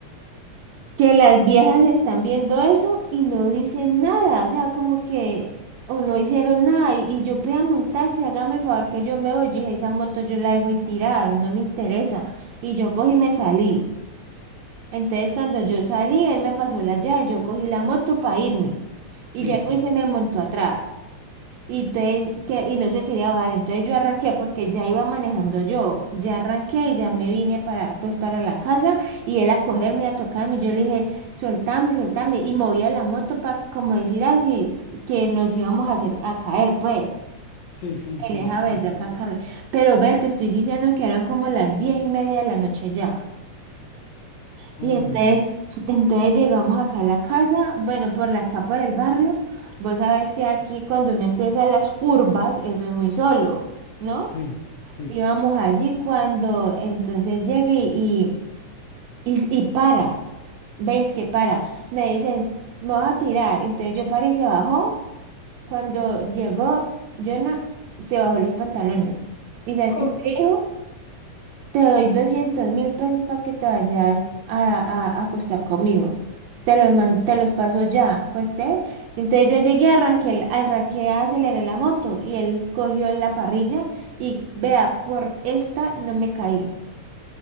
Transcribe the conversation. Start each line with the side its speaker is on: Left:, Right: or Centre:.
Right: Que las viejas están viendo eso y no dicen nada, o sea, como que, o no hicieron nada. Y, y yo pídame un taxi, hágame el favor que yo me voy. Yo dije, esa moto yo la dejo ahí tirada, no me interesa. Y yo cogí y me salí. Entonces, cuando yo salí, él me pasó la llave, yo cogí la moto para irme.
Left: sí,
Right: Y llegó
Left: sí.
Right: y se me montó atrás. Y, entonces, que, y no se quería bajar. Entonces yo arranqué porque ya iba manejando yo. Ya arranqué y ya me vine para, pues, para la casa. Y él a cogerme, a tocarme. Yo le dije, soltame, soltame. Y movía la moto para como decir así, que nos íbamos a hacer a caer, pues.
Left: Sí, sí, sí.
Right: Él deja
Left: No,
Right: ver
Left: somos...
Right: de acá, Carlos. Pero ve, te estoy diciendo que eran como las diez y media de la noche ya.
Left: Uy,
Right: Y entonces,
Left: no.
Right: <clears throat> entonces llegamos acá a la casa, bueno, por la acá por el barrio. Vos sabés que aquí cuando uno empieza las curvas, eso es muy solo, ¿no?
Left: Sí, sí.
Right: Íbamos allí cuando entonces llegue y, y, y para, veis que para, me dice, me vas a tirar. Entonces yo paré y se bajó. Cuando llegó, Jonah se bajó los pantalones. ¿Y sabes
Left: Oh.
Right: qué me dijo? Te doy doscientos mil pesos para que te vayas a, a, a acostar conmigo. Te los, man- te los paso ya, pues creer? Entonces yo llegué, arranqué, el- arranqué, aceleré la moto y él cogió la parrilla y vea, por esta no me caí.